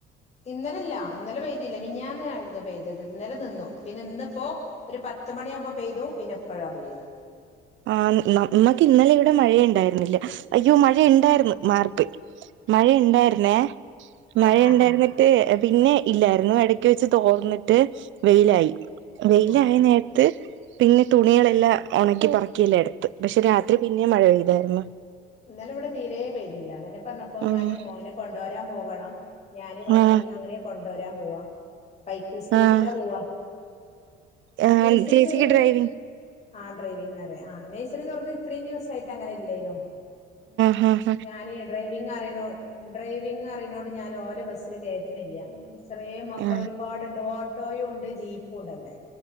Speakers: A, on the left (about 30°); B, on the right (about 65°).
A: ഇന്നലെല്ല ഇന്നലെ പെയ്തില്ല മീനിഞ്ഞാന്ന് ആയിരുന്നു പെയ്തത് ഇന്നലെ നിന്നു പിന്നെ ന്ന്പ്പോ ഒരു പത്ത് മണിയാകുമ്പോ പെയ്തു പിന്നെപ്പഴാ പെയ്യുന്നെ
B: ആഹ് നമ്മക്ക് ഇന്നലെ ഇവിടെ മഴയുണ്ടായിര്ന്നില്ല, അയ്യോ മഴയ ഇണ്ടായിര്ന്ന്, മാറിപ്പോയി മഴെ ഇണ്ടായിര്ന്നേ, മഴ
A: ആഹ് ആഹ്
B: ഇണ്ടായിരുന്നിട്ട്
A: ആഹ്
B: പിന്നെ ഇല്ലായിരുന്നു, എടക്ക് വെച്ച് തോർന്നിട്ട് വെയിലായി വെയിലായനേര്
A: ആഹ് ആഹ്
B: ത്ത് പിന്നെ തുണികളെല്ലാം ഒണക്കി പറക്കിയെല്ലാ എടുത്ത്. പക്ഷെ രാത്രി പിന്നേം മഴ പെയ്തായിരുന്നു
A: ഇന്നലെ വടെ തീരേ പെയ്തില്ല, അതെന്ന പർഞ്ഞപ്പോ ഞാന്
B: ആഹ്
A: മോനെ കൊണ്ടോരാൻ പോവണം ഞാന് വണ്ടി
B: ആഹ്
A: അങ്ങനെ കൊണ്ടോരാൻ പോവാ ബൈക്ക് സ്കൂട്ടിയിലാ
B: ആഹ്
A: പോവാ
B: ആഹ്
A: നെയ്സറി
B: ചേച്ചിക്ക്
A: തുറന്നിട്ട്
B: ഡ്രൈവിങ്
A: ആഹ് ഡ്രൈവിംങ്ങറിയ ആഹ് നെഴ്സറി തുറന്ന് ഇത്രയും ദിവസായിട്ട് അങ്ങനെല്ലേനു
B: ആഹ് ഹ
A: ഞാനെ ഡ്രൈവിങ് അറിണോ ഡ്രൈവിംഗ് അറിണോണ്ട് ഞാൻ ഓന്റെ ബസ്സിൽ കേറ്റ്ണില്ല, ചെറ്യേ മക്കളൊരുപാടുണ്ട്..
B: ആഹ്
A: ഓ ട്ടോയുംണ്ട് ജീപ്പുംണ്ടവിടെ.